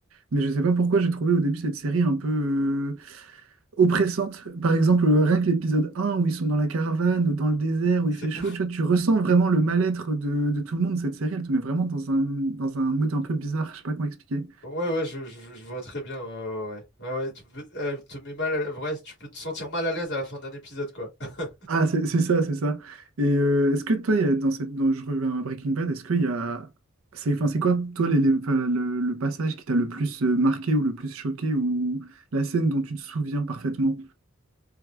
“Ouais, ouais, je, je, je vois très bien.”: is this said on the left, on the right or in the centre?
Left